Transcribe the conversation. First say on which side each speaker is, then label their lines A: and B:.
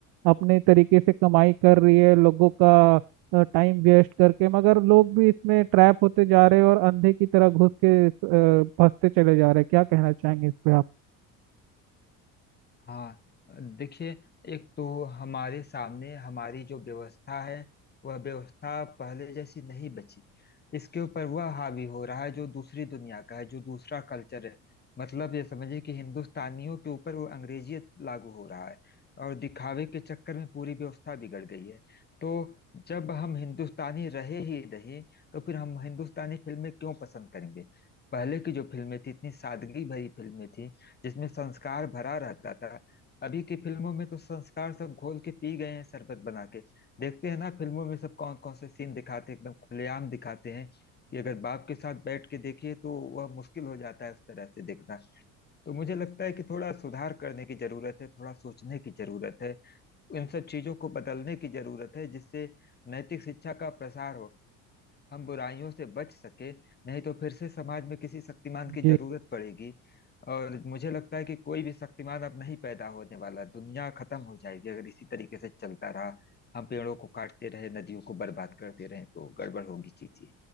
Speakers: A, on the right; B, on the left.
A: अपने तरीके से कमाई कर रही है लोगों का टाइम वेस्ट करके मगर लोग भी इसमें ट्रैप होते जा रहे हैं और अंधे की तरह घुस के अ, फंसते चले जा रहे हैं क्या कहना चाहेंगे इस पे आप
B: हाँ देखिए एक तो हमारे सामने हमारी जो व्यवस्था है वह व्यवस्था पहले जैसी नहीं बची इसके ऊपर वह हावी हो रहा है जो दूसरी दुनिया का है जो दूसरा कल्चर है मतलब ये समझिए कि हिंदुस्तानियों के ऊपर वो अंग्रेजियत लागू हो रहा है और दिखावे के चक्कर में पूरी व्यवस्था बिगड़ गई है तो जब हम हिंदुस्तानी रहे ही नहीं तो फिर हम हिंदुस्तानी फिल्में क्यों पसंद करेंगे पहले की जो फिल्में थी इतनी सादगी भरी फिल्में थी जिसमें संस्कार भरा रहता था अभी की फिल्मों में तो संस्कार सब घोल के पी गए हैं शरबत बना के देखते हैं ना फिल्मों में सब कौन कौन से सीन दिखाते हैं एकदम खुलेआम दिखाते हैं कि अगर बाप के साथ बैठ के देखिए तो वह मुश्किल हो जाता है उस तरह से देखना तो मुझे लगता है कि थोड़ा सुधार करने की जरूरत है थोड़ा सोचने की जरूरत है इन सब चीजों को बदलने की जरूरत है जिससे नैतिक शिक्षा का प्रसार हो हम बुराइयों से बच सके नहीं तो फिर से समाज में किसी शक्तिमान की
A: जी
B: जरूरत पड़ेगी और मुझे लगता है कि कोई भी शक्तिमान अब नहीं पैदा होने वाला दुनिया खत्म हो जाएगी अगर इसी तरीके से चलता रहा हम पेड़ों को काटते रहे नदियों को बर्बाद करते रहे तो गड़बड़ होगी चीजें